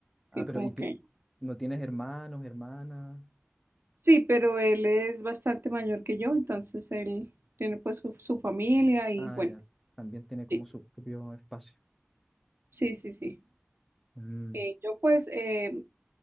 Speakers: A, in the centre; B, on the right.
A: Ah,
B: Sí,
A: pero
B: como
A: ¿y ti-
B: que.
A: no tienes hermanos, hermanas?
B: Sí, pero él es bastante mayor que yo, entonces él tiene pues su, su familia y
A: Ah,
B: bueno,
A: ya, también tiene como
B: sí,
A: su propio espacio.
B: sí, sí, sí.
A: Mm.
B: Eh, yo pues, eh,